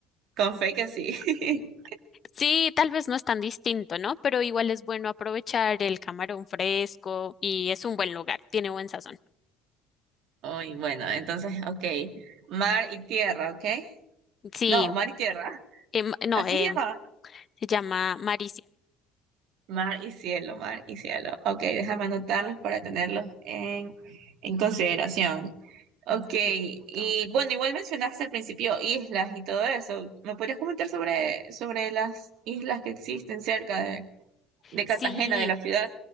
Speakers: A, on the right (about 65°); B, on the left (about 40°).
A: con fe que sí. <laughs>
B: Sí, tal vez no es tan distinto, ¿no? Pero igual es bueno aprovechar el camarón fresco y es un buen lugar, tiene buen sazón.
A: Uy, bueno, entonces, ok. Mar y tierra, ¿ok?
B: Sí,
A: No, mar y tierra.
B: em, no,
A: Así
B: em,
A: se llama.
B: se llama Mar
A: Mar y cielo, mar y cielo. Ok, déjame anotarlos para tenerlos en, en consideración. Ok,
B: Exacto.
A: y bueno, igual mencionaste al principio islas y todo eso. ¿Me podrías comentar sobre, sobre las islas que existen cerca de, de
B: Sí,
A: Cartagena, de la ciudad?